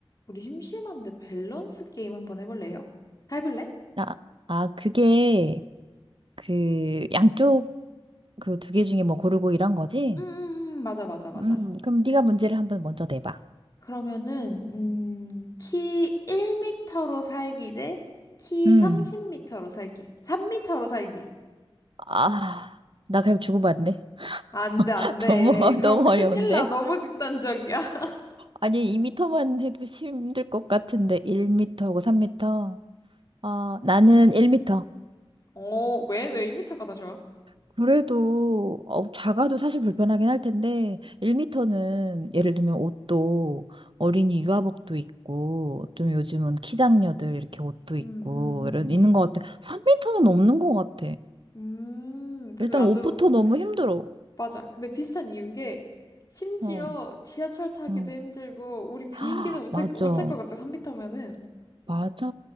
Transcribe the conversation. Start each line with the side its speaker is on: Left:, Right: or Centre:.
Left: 우리 심심한데 밸런스 게임 한번 해볼래요? 해볼래?
Right: 아, 아, 그게 그 양쪽 그 두 개 중에 뭐 고르고 이런 거지?
Left: 음, 음, 음, 맞아, 맞아, 맞아.
Right: 음, 그럼 네가 문제를 한번 먼저 내봐.
Left: 그러면은, 음, 키1터로 살기 대 키
Right: 음,
Left: 3 0터로 살기. 3터로 살기.
Right: 아, 나 그냥 주고받네. <laughs>
Left: 안 돼, 안 돼.
Right: 너무 어, 너무
Left: 그럼 큰일
Right: 어려운데?
Left: 나. 너무 극단적이야. <laughs>
Right: 아니 2미터만 해도 힘들 것 같은데 1미터고 3미터. 어, 나는 1미터.
Left: 어, 왜? 왜1터가 더 좋아?
Right: 그래도 어, 작아도 사실 불편하긴 할 텐데 1미터는 예를 들면 옷도 어린이 유아복도 있고 좀 요즘은 키장녀들 이렇게 옷도
Left: 음,
Right: 있고
Left: 음, 음,
Right: 이런 있는 것 같아. 3미터는 없는 것 같아.
Left: 음. 음, 근데
Right: 일단
Left: 나도,
Right: 옷부터 너무 힘들어.
Left: 맞아. 근데 비슷한 이유인 게, 심지어
Right: 어,
Left: 지하철 타기도
Right: 음.
Left: 힘들고, 우리 비행기도
Right: 아,
Left: 못할,
Right: 맞아,
Left: 거- 못할 것 같아, 3터면은
Right: 맞아.